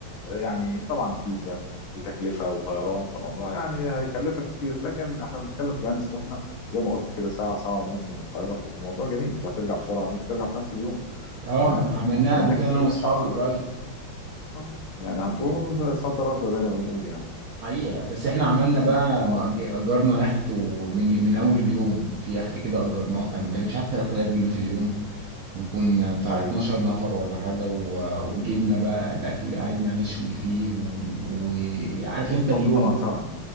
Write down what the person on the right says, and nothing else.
اه
عملناها
قبل كده انا واصحابي
قريب
حقيقة بس احنا عملنا بقى
ما ج- اجرنا يخت ومن من اول اليوم في يخت كده اجرناه كان بتاع- مش عارف 3000 جنيه في اليوم وكنا بتاع
12 نفر ولا حاجة و- وجبنا بقى الاكل قعدنا نشوي فيه وعارف و-
وعارف انت اليوم